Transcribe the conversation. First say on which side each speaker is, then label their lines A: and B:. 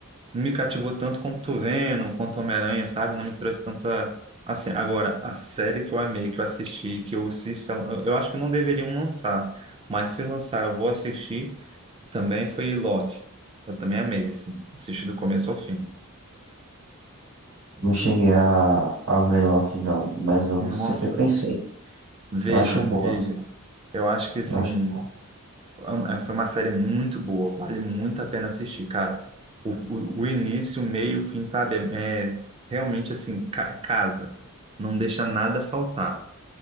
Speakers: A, on the right (about 25°); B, on the right (about 80°).
A: não me cativou tanto como tu Venom, quanto Homem-Aranha, sabe? Não me trouxe tanta. Assim, agora, a série que eu amei, que eu assisti, que eu assisto, eu eu acho que não deveriam lançar, mas se lançar, eu vou assistir. Também foi Loki. Eu também amei, assim, assisti do começo ao fim.
B: Não cheguei a, a ver Loki, não, mas eu
A: Nossa,
B: sempre pensei.
A: veja,
B: Eu acho boa,
A: veja. Eu acho que, assim,
B: eu acho boa.
A: é uma- foi uma série muito boa, vale muito a pena assistir, cara. O, o, o início, o meio, o fim, sabe? É, é realmente, assim, ca- casa. Não deixa nada faltar.